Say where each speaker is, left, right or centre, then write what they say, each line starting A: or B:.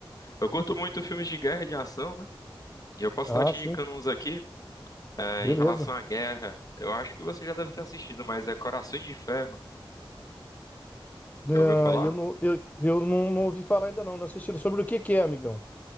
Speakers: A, on the left; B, on the left.
A: eu curto muito filmes de guerra e de ação, né? E eu posso
B: Ah,
A: estar te
B: sim,
A: indicando uns aqui. é,
B: beleza.
A: em relação à guerra, eu acho que você já deve ter assistido, mas é Corações de Ferro.
B: Ah,
A: Já ouviu falar?
B: eu não, eu, eu não, não ouvi falar ainda não, não assisti. Sobre o que que é, amigão?